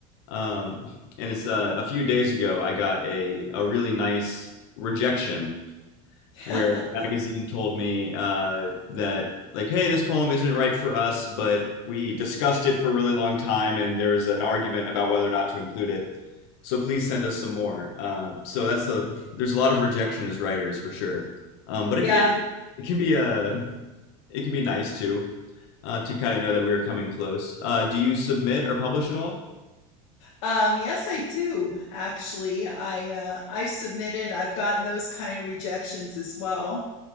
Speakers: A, on the left; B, on the left.
A: um, and it's uh, a few days ago I got a a really nice rejection
B: <laughs>
A: where a magazine told me uh, that like hey this poem isn't right for us but we discussed it for a really long time and there was an argument about whether or not to include it so please send us some more uh, so that's the there's a lot of rejection as writers for sure um, but
B: Yeah.
A: it can it can be a it can be nice too uh, to kind of know that we are coming close uh, do you submit or publish at all
B: Um, yes, I do actually. I uh, I've submitted. I've gotten those kind of rejections as well.